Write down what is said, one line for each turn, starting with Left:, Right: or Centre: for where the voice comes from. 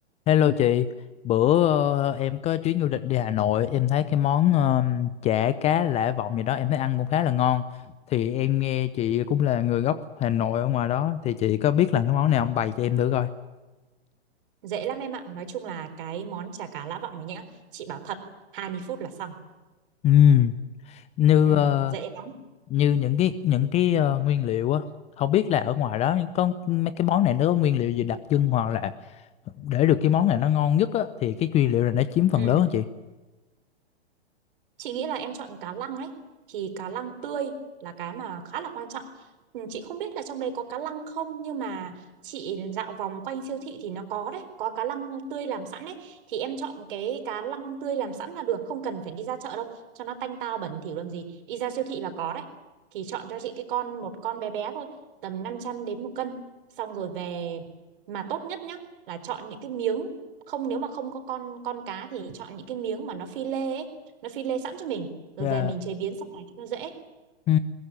Left: Hello chị, bữa ờ, em có chuyến du lịch đi Hà Nội, em thấy cái món ờ, chả cá Lã Vọng gì đó em thấy ăn cũng khá là ngon. Thì em nghe chị cũng là người gốc Hà Nội ở ngoài đó, thì chị có biết là cái món này không bày cho em thử coi.
Right: dễ lắm em ạ nói chung là cái món chả cá Lã Vọng này nhá chị bảo thật 20 phút là xong
Left: Ừm, như
Right: ừ
Left: ờ,
Right: dễ lắm
Left: như những cái những cái ờ, nguyên liệu á, không biết là ở ngoài đó có mấy cái món này nó có nguyên liệu gì đặc trưng hoặc là để được cái món này nó ngon nhất á thì cái nguyên liệu này nó chiếm phần
Right: ừ
Left: lớn á chị.
Right: Chị nghĩ là em chọn cá lăng ấy thì cá lăng tươi là cái mà khá là quan trọng. Ừ, Chị không biết là trong đấy có cá lăng không nhưng mà chị dạo vòng quanh siêu thị thì nó có đấy, có cá lăng tươi làm sẵn đấy thì em chọn cái cá lăng tươi làm sẵn là được, không cần phải đi ra chợ đâu, cho nó tanh tao bẩn thỉu làm gì. Đi ra siêu thị là có đấy. Thì chọn cho chị cái con một con bé bé thôi, tầm 500 đến một cân. Xong rồi về mà tốt nhất nhá là chọn những cái miếng không nếu mà không có con con cá thì chọn những cái miếng mà nó phi lê ấy nó phi lê sẵn cho mình rồi
Left: Dạ.
Right: về mình chế biến sau này cho nó dễ
Left: Ừ.